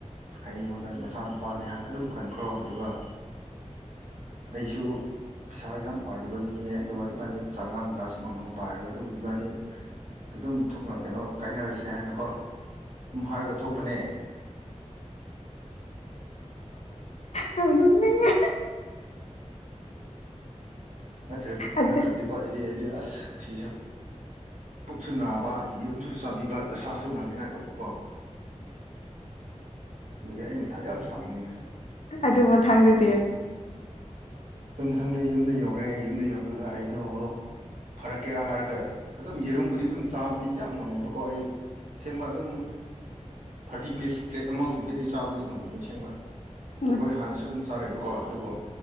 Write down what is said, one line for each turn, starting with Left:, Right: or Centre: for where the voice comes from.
Right: ꯑꯩꯉꯣꯟꯗ ꯅꯆꯥ ꯅꯨꯨꯄꯥꯅꯦ ꯍꯥꯏꯅ ꯑꯗꯨꯝ ꯈꯟꯈ꯭ꯔꯣ ꯑꯗꯨꯒ ꯑꯩꯁꯨ ꯄꯩꯁꯥ ꯌꯥꯝ ꯄꯥꯏꯗꯕ ꯃꯤꯅꯦ ꯑꯗꯨꯒ ꯏꯕꯥꯅꯤ ꯆꯥꯉꯥꯡ ꯀ꯭ꯂ꯭ꯂꯥꯁ ꯑꯃꯃꯝ ꯄꯥꯏꯔꯒ ꯑꯗꯨꯝ ꯏꯕꯥꯅꯤ ꯑꯗꯨꯝ ꯊꯣꯛꯅ ꯀꯩꯅꯣ ꯀꯥꯏꯅꯔꯁꯦ ꯍꯥꯏꯅꯀꯣ ꯑꯗꯨꯝ ꯍꯥꯏꯔꯒ ꯊꯣꯛꯄꯅꯦ
Left: ꯌꯥꯝ ꯅꯣꯛꯅꯤꯡꯉꯦ
Right: ꯠꯇ꯭ꯔ
Left: ꯑꯗꯨ
Right: ꯅꯠꯇ꯭ꯔꯗꯤꯀꯣ ꯑꯩꯗꯤ ꯑꯩꯗꯤ ꯑꯁ ꯉꯁꯤꯁꯦ ꯄꯨꯛꯁꯨ ꯅꯥꯕ ꯌꯦꯔꯨꯝꯁꯨ ꯆꯥꯕꯤꯕ ꯗꯁꯥꯁꯨ ꯅꯪꯅꯤꯡꯉꯥꯏ ꯇꯧꯕꯀꯣ ꯑꯗꯨꯒꯤ ꯑꯩ ꯃꯊꯛ ꯌꯥꯝ ꯁꯥꯕꯅꯤꯅꯦ
Left: ꯑꯗꯨ ꯃꯊꯥꯡꯗꯗꯤ
Right: ꯑꯗꯨꯝ ꯃꯊꯪꯗ ꯌꯨꯝꯗ ꯌꯧꯔꯦ ꯑꯩ ꯌꯨꯝꯗ ꯌꯧꯔꯒ ꯑꯩꯗꯣ ꯐꯔꯛꯀꯦꯔꯥ ꯍꯥꯏꯔꯒ ꯑꯗꯨꯝ ꯌꯦꯔꯨꯝꯕꯨꯗꯤ ꯑꯗꯨꯝ ꯆꯥꯕꯗꯤ ꯌꯥꯝ ꯉꯝꯃꯦꯕꯀꯣ ꯑꯩ ꯑꯁꯦꯡꯕ ꯑꯗꯨꯝ ꯊꯥꯔꯇꯤ ꯄꯤꯁ ꯄ꯭ꯂꯦꯠ ꯑꯃꯒꯨꯝꯗꯤ ꯑꯩ ꯆꯥꯕꯗꯤ ꯉꯝꯒꯅꯤ ꯑꯁꯦꯡꯕ
Left: ꯎꯝ
Right: ꯑꯩꯈꯣꯏ ꯍꯥꯟꯅꯁꯨ ꯑꯗꯨꯝ ꯆꯥꯔꯛꯑꯏꯕꯀꯣ ꯑꯗꯨꯕꯨ